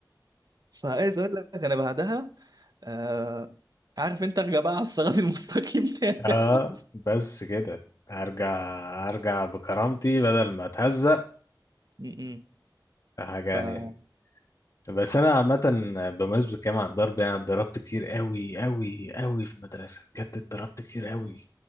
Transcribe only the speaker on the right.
فعايز اقول لك انا بعدها آه عارف انت ارجع بقى على الصراط <laughs> المستقيم تاني
يا بص
م- م.
فما